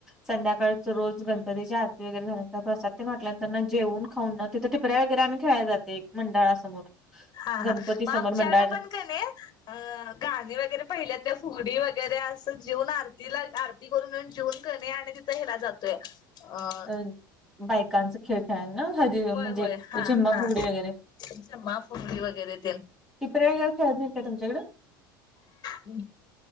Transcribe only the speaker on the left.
हा
हा, म
आमच्याकड
पण का नाही अ गाणी वगैरे पहिल्यातल्या फुगडी वगैरे असं जेउन आरतीला आर ती करून अन जेवून कणे आणि तिथं हेला जातोय अं
होय
होय. हा
हा
झिम्मा,
फुगडी वगैरे तेन.
हं